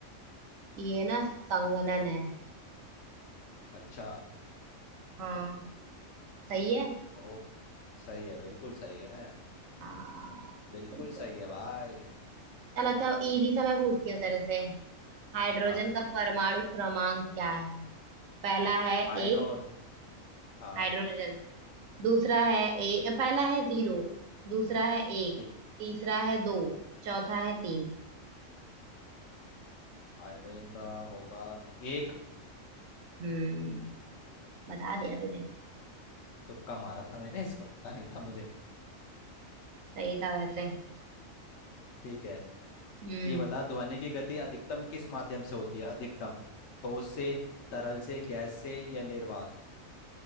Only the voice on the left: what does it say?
अच्छा
ओ सही है बिल्कुल सही है
बिल्कुल
सही
है भाई
हाँ
हाइड्रोन
हाँ
ओके
ठीक
हाइड्रोजन का होगा एक
तुक्का मारा था मैंने इसको पता नहीं था मुझे
ठीक है
ये बता ध्वनि की गति अधिकतम किस माध्यम से होती है अधिकतम ठोस से तरल से गैस से या निर्वात